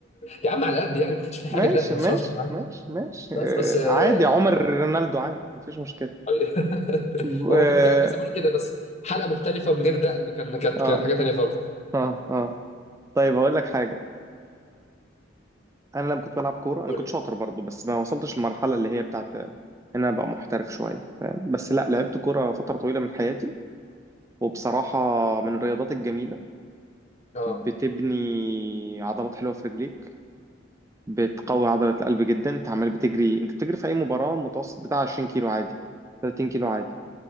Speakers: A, on the left (about 35°); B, on the right (about 15°).
A: يا عم على قد يعني ما كانش في حاجه
B: ماشي
A: لا ما
B: ماشي
A: شاءش حاجه
B: ماشي ماشي
A: بس
B: آه
A: بس آه،
B: عادي عمر رونالدو عادي مفيش مشكلة
A: <laughs>
B: ب-
A: هما
B: اه
A: كانوا فعلا بيسمونه كده بس حلقه مختلفه ومن غير دقن كان كانت
B: اه
A: كانت حاجه تانيه خالص
B: اه, آه. طيب هقول لك حاجة انا لما كنت بلعب كوره
A: قول
B: انا كنت شاطر برضو بس ما وصلتش للمرحله اللي هي بتاعت ان انا ابقى محترف شويه ف- بس لا لعبت كوره فتره طويله من حياتي وبصراحه من الرياضات الجميله
A: اه
B: بتبني عضلات حلوه في رجليك بتقوي عضله القلب جدا انت عمال بتجري انت بتجري في اي مباراه متوسط بتاع 20 كيلو عادي 30 كيلو عادي